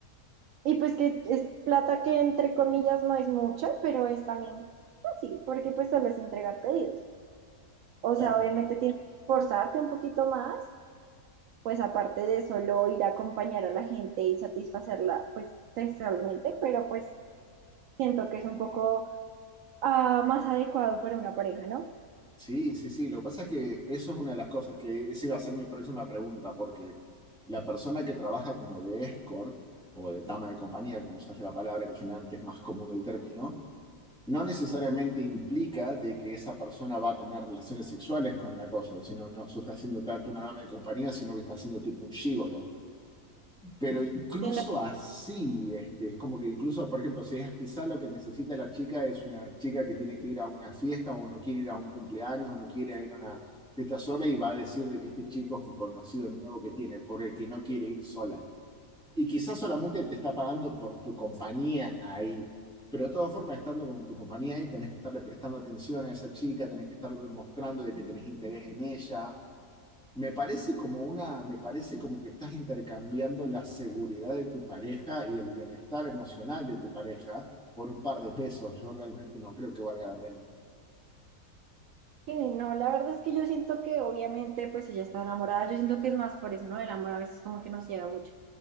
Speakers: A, on the right (about 70°); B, in the centre.
A: y pues que es plata que entre comillas no es mucha, pero es también fácil, porque pues solo es entregar pedidos. O sea,
B: Ah,
A: obviamente tienes que esforzarte un poquito más, pues aparte de solo ir a acompañar a la gente y satisfacerla, pues sexualmente, pero pues siento que es un poco ah, más adecuado para una pareja, ¿no?
B: sí, sí, sí, lo que pasa es que eso es una de las cosas que esa iba a ser mi próxima pregunta, porque la persona que trabaja como de escort o de dama de compañía, como usaste la palabra, que generalmente es más común el término, no necesariamente implica de que esa persona va a tener relaciones sexuales con la cosa, sino no se está haciendo tanto una dama de compañía, sino que está haciendo tipo un gigolo. Pero incluso
A: Total.
B: así, este, es como que incluso, por ejemplo, si es quizá lo que necesita la chica es una chica que tiene que ir a una fiesta o no quiere ir a un cumpleaños o no quiere ir a una fiesta sola y va a decir de que este chico es un conocido nuevo que tiene, por el que no quiere ir sola. Y quizás solamente te está pagando por tu compañía ahí. Pero de todas formas, estando con tu compañía ahí, tenés que estarle prestando atención a esa chica, tenés que estar demostrando de que tenés interés en ella. Me parece como una, me parece como que estás intercambiando la seguridad de tu pareja y el bienestar emocional de tu pareja por un par de pesos. Yo realmente no creo que valga la pena.
A: Sí, no, la verdad es que yo siento que obviamente, pues si ya está enamorada, yo siento que es más por eso, ¿no? El amor a veces como que nos ciega mucho.